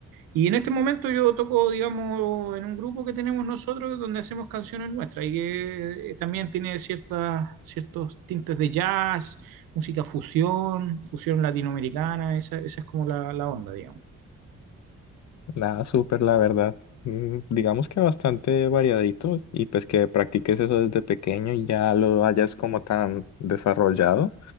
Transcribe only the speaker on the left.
Nada, súper, la verdad. Mm, Digamos que bastante variadito y pues que practiques eso desde pequeño y ya lo hayas como tan desarrollado.